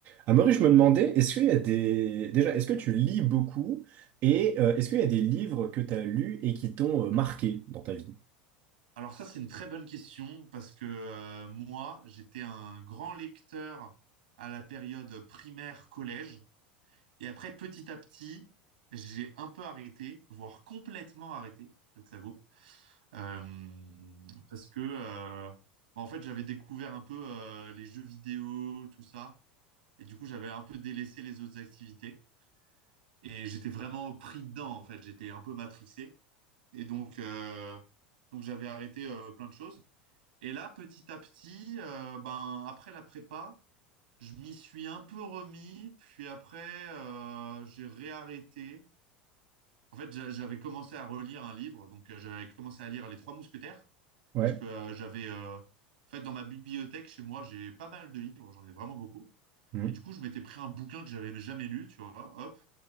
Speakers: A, on the right (about 50°); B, on the right (about 80°).
A: Amaury, je me demandais, est-ce qu'il y a des... Déjà, est-ce que tu lis beaucoup et euh, est-ce qu'il y a des livres que tu as lus et qui t'ont euh, marqué dans ta vie?
B: Alors ça, c'est une très bonne question parce que euh, moi, j'étais un grand lecteur à la période primaire, collège. Et après, petit à petit, j'ai un peu arrêté, voire complètement arrêté, je t'avoue. Euh, parce que, euh, bah, en fait, j'avais découvert un peu euh, les jeux vidéo, tout ça. Et du coup, j'avais un peu délaissé les autres activités. Et j'étais vraiment pris dedans, en fait. J'étais un peu matrixé. Et donc, euh, donc j'avais arrêté euh, plein de choses. Et là, petit à petit, euh, ben, après la prépa, je m'y suis un peu remis, puis après, euh, j'ai réarrêté. En fait, j'a- j'avais commencé à relire un livre, donc euh, j'avais commencé à lire Les Trois Mousquetaires,
A: Ouais,
B: parce que euh, j'avais, euh, en fait, dans ma bibliothèque chez moi, j'ai pas mal de livres, j'en ai vraiment beaucoup.
A: Mhm.
B: Et du coup, je m'étais pris un bouquin que j'avais jamais lu, tu vois, hop,